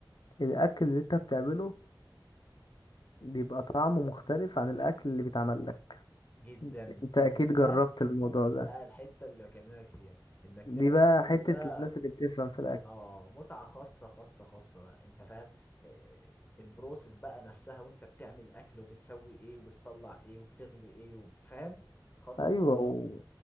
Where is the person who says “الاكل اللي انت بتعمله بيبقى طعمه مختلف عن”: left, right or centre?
Left